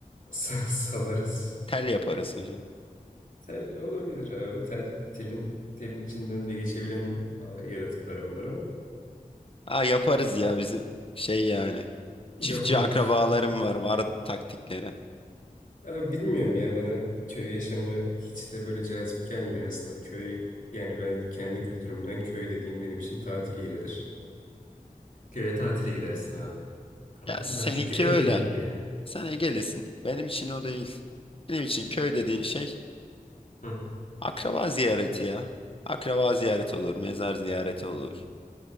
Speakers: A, on the left (about 65°); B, on the left (about 40°).
A: sa- savarız.
B: Tel yaparız hocam.
A: Tel olabilir abi. Tel, telin, telin içinden de geçebilen a, yaratıklar bunlar ama.
B: Aa yaparız ya bizim şey yani. Çiftçi
A: Yaporuk.
B: akrabalarım var var taktikleri.
A: Abi bilmiyorum ya bana köy yaşamı hiç de böyle cazip gelmiyor aslında. Köy yani ben kendi kültürümden köy dediğin benim için tatil yeridir. Köye tatile gidersin abi. Aynen,
B: Ya seninki
A: Ben çünkü Ege'liyim
B: öyle.
A: yani.
B: Sen Ege'lisin. Benim için o değil. Benim için köy dediğin şey
A: Hı.
B: akraba ziyareti ya. Akraba ziyareti olur, mezar ziyareti olur.